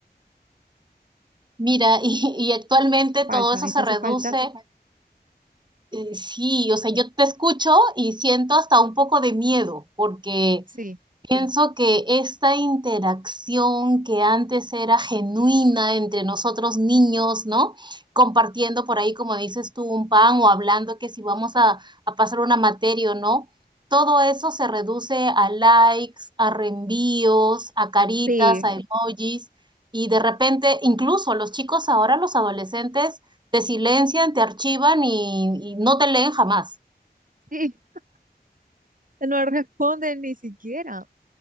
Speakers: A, on the right; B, on the right.
A: Mira, <laughs> y, y actualmente todo
B: Falta,
A: eso
B: eso
A: se reduce.
B: hace falta,
A: eh, sí, o sea, yo te escucho y siento hasta un poco de miedo, porque
B: sí,
A: Pienso que esta interacción que antes era genuina entre nosotros niños, ¿no? Compartiendo por ahí, como dices tú, un pan o hablando que si vamos a, a pasar una materia o no, todo eso se reduce a likes, a reenvíos, a caritas,
B: sí,
A: a emojis y de repente incluso los chicos ahora, los adolescentes, te silencian, te archivan y, y no te leen jamás.
B: sí. <laughs> No responden ni siquiera.